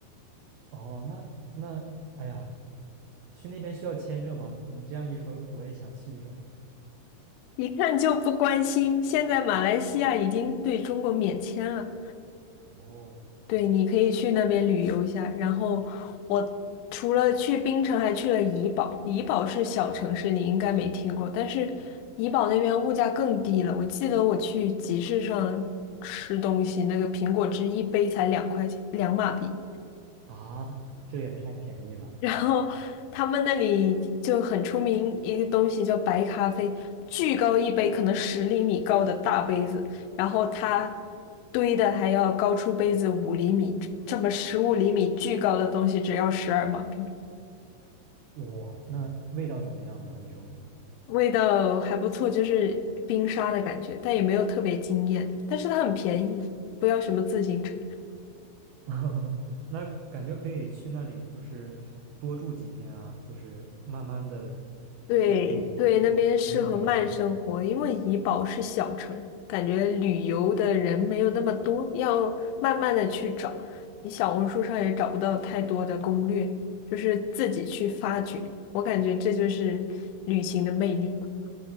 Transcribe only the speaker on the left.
一看就不关心，现在马来西亚已经对中国免签了，
对，你可以去那边旅游一下。然后我除了去槟城，还去了怡保。怡保是小城市，你应该没听过，但是怡保那边物价更低了。我记得我去集市上吃东西，那个苹果汁一杯才两块钱，两马币。
然后他们那里就很出名一个东西叫白咖啡，巨高一杯，可能十厘米高的大杯子，然后它堆的还要高出杯子五厘米，这么十五厘米巨高的东西只要十二马币，
味道还不错，就是冰沙的感觉，但也没有特别惊艳，但是它很便宜，不要什么自行车。
对对，
那边适合慢生活，
因为怡保是小城，感觉旅游的人没有那么多，要慢慢的去找。你小红书上也找不到太多的攻略，就是自己去发掘。我感觉这就是旅行的魅力吧